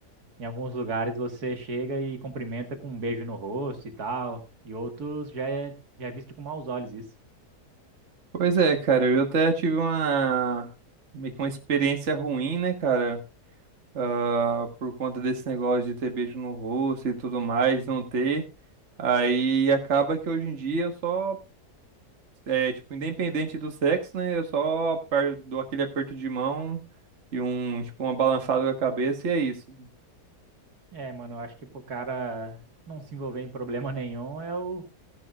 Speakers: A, on the right (about 70°); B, on the right (about 45°).
A: em alguns lugares você chega e cumprimenta com um beijo no rosto e tal, e outros já é, já é visto com maus olhos isso.
B: Pois é, cara, eu até tive uma meio que uma experiência ruim, né, cara? Ah, por conta desse negócio de ter beijo no rosto e tudo mais, não ter. Aí acaba que hoje em dia eu só, é, tipo, independente do sexo, né? Eu só aper- dou aquele aperto de mão e um, tipo, uma balançada com a cabeça e é isso.
A: É, mano, eu acho que pro cara não se envolver em problema <laughs> nenhum é o,